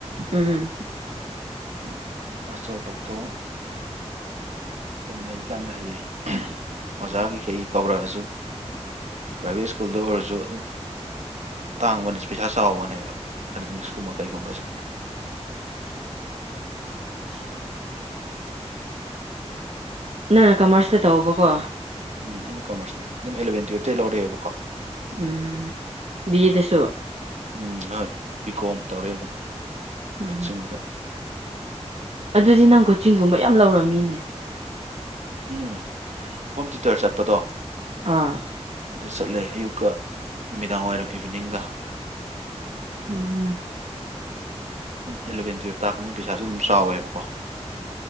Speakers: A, on the right; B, on the right.
A: ꯎꯝ
B: ꯑꯗꯨꯅ ꯃꯁꯇꯔ ꯇꯣꯛꯊꯣꯛꯑꯣ ꯑꯗꯨꯝ ꯂꯩꯔꯤꯀꯥꯟꯗ ꯍꯌꯦꯡ ꯑꯣꯖꯥ ꯀꯈꯩ ꯀꯧꯔꯛꯑꯁꯨ ꯄ꯭ꯔꯥꯏꯚꯦꯠ ꯁ꯭ꯀꯨꯜꯗ ꯑꯣꯏꯔꯁꯨ ꯑꯗꯨꯝ ꯇꯥꯡꯕꯅꯤꯁꯨ ꯄꯩꯁꯥ ꯆꯥꯎꯕꯅꯦꯕ ꯏꯀꯅꯣꯃꯤꯛꯁꯀꯨꯝꯕ ꯀꯩꯒꯨꯝꯕꯁꯤꯗꯤ <inaudible>
A: <inaudible> ꯅꯪ ꯀꯃꯔꯁꯇ ꯇꯧꯕꯀꯣ
B: ꯎꯝ ꯑꯩꯅ ꯀꯃꯔꯁꯅꯦ ꯑꯗꯨꯝ ꯑꯦꯂꯚꯦꯟ ꯇꯨꯋꯜꯞꯇꯇꯩ ꯂꯧꯔꯛꯑꯦꯕꯀꯣ
A: ꯎꯝ ꯕꯤ ꯌꯦ ꯗꯁꯨ
B: ꯎꯝ ꯍꯣꯏ ꯄꯤꯀꯣ ꯑꯃ ꯇꯧꯔꯦ ꯑꯗꯨꯝ
A: ꯎꯝ
B: ꯀꯛꯆꯤꯡꯗ
A: ꯑꯗꯨꯗꯤ ꯅꯪ ꯀꯣꯆꯤꯡꯒꯨꯝꯕ ꯌꯥꯝ ꯂꯧꯔꯝꯅꯤꯅꯦ
B: ꯎꯝ ꯍꯣꯝ ꯊꯤꯇꯔ ꯆꯠꯄꯗꯣ
A: ꯑꯥ
B: ꯑꯗꯨ ꯆꯠꯂꯦ ꯑꯌꯨꯛꯀ ꯅꯨꯃꯤꯗꯥꯡ ꯋꯥꯏꯔꯝ ꯏꯚꯤꯅꯤꯡꯒ
A: ꯎꯝꯝ
B: ꯑꯗꯨꯝ ꯑꯦꯂꯚꯦꯟ ꯇꯨꯌꯦꯜꯞ ꯇꯥꯛꯄꯅꯤꯅ ꯄꯩꯁꯥꯁꯨ ꯑꯗꯨꯝ ꯆꯥꯎꯋꯦꯕꯀꯣ